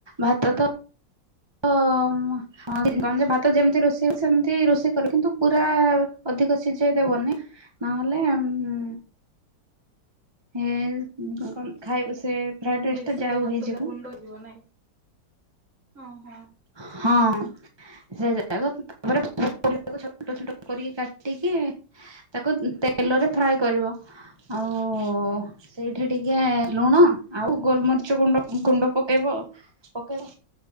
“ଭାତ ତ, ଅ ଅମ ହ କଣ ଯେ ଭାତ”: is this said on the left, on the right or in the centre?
Right